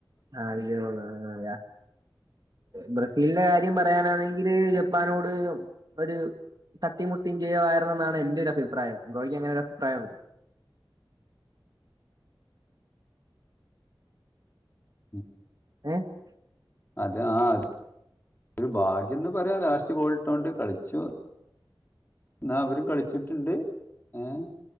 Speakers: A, on the right; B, on the left.
A: ആഹ് വിജയ ഗോള് <unintelligible> ബ്രസീലിന്റെ കാര്യം പറയാനാണെങ്കില് ജെപ് പ്പാനോട് ഒരു തട്ടിമുട്ടിയും ജയവായിരുന്നെന്നാണ് എന്റൊരു അഭിപ്രായം ബ്രോയിക്ക് അങ്ങനൊരു പ്രായണ്ടോ?
B: ഉം
A: ഏഹ്
B: അത് ആഹ് അത് ഒരു ഭാഗ്യന്ന് പറയാ ലാസ്റ്റ് ഗോള്ട്ടോണ്ട് കളിച്ചു ഇന്നാ അവരും കളിച്ചിട്ട്ണ്ട് ഏഹ്